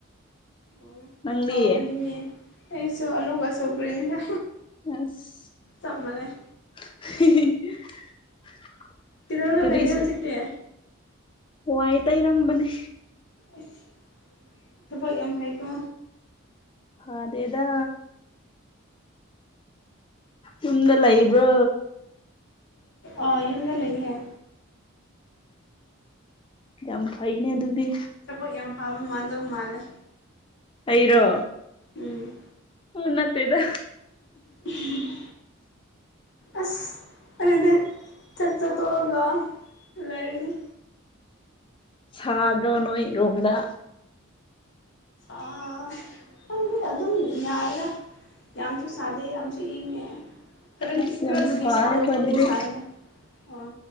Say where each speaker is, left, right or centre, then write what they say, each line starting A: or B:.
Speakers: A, on the left; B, on the left.
A: ꯑꯣ
B: ꯅꯪꯗꯤ
A: ꯍꯥꯎꯕꯅꯦ ꯑꯩꯁꯨ ꯑꯂꯨꯒ ꯑꯁꯧꯒ꯭ꯔꯅꯤꯗ
B: ꯑꯁ
A: ꯆꯝꯃꯅꯦ
B: <inaudible>
A: ꯀꯗꯧꯔꯒꯝ
B: ꯀꯔꯤꯁꯨ
A: ꯂꯩꯒꯦ ꯍꯧꯖꯤꯛꯇꯦ
B: ꯋꯥꯏ ꯇꯩꯔꯝꯕꯅꯦ
A: ꯑꯁ ꯊꯕꯛ ꯌꯥꯝ ꯐꯩꯀꯣ
B: ꯑꯦꯗ ꯌꯝꯗꯂ ꯏꯕ꯭ꯔꯣ
A: ꯑꯩ ꯌꯨꯝꯗ ꯂꯩꯌꯦꯦ
B: ꯌꯥꯝ ꯐꯩꯅꯦ ꯑꯗꯨꯗꯤ
A: ꯆꯄꯣ ꯌꯥꯝ ꯐꯥꯕ ꯃꯥꯟꯗꯧ ꯃꯥꯜꯂ
B: ꯑꯩꯔꯣ
A: ꯎꯝ
B: ꯎ ꯅꯠꯇꯦꯗ
A: ꯎꯝ ꯑꯁ ꯑꯗꯨꯗꯤ ꯆꯠ ꯆꯠꯇꯣꯛꯑꯒ ꯂꯩꯔꯤꯅꯤ
B: ꯁꯥꯗ꯭ꯔꯣ ꯅꯣꯏ ꯔꯣꯝꯗ
A: ꯑ ꯈꯗꯤ ꯑꯗꯨꯝ ꯌꯥꯏꯔ ꯌꯥꯝꯁꯨ ꯁꯥꯗꯦ ꯌꯥꯝꯁꯨ ꯏꯪꯉꯦ ꯈꯔꯗꯤ
B: ꯑꯁ
A: ꯈꯔꯕꯨꯙꯗꯤ
B: ꯌꯥꯝ ꯁꯥꯏ
A: ꯁꯥꯕ
B: ꯑꯩꯈꯣꯏꯗꯗꯤ
A: ꯕꯨꯙꯤ ꯁꯥꯏꯗ ꯑꯣ